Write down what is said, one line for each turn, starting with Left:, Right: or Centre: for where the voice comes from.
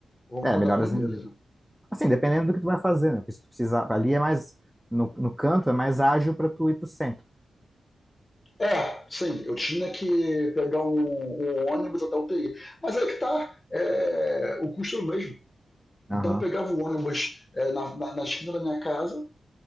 Left: vou
Centre: É,
Left: mudar
Centre: melhor
Left: pra
Centre: as
Left: Rendeiras,
Centre: rendidas.
Left: né?
Centre: Assim, dependendo do que tu vai fazer, né? Porque se tu precisar, ali é mais, no, no canto é mais ágil pra tu ir pro centro.
Left: É. é sim, eu tinha que pegar um, um ônibus até o TI. Mas aí que tá, é, o custo era o mesmo.
Centre: Aham,
Left: Então eu pegava o ônibus é, na, na, na esquina da minha casa,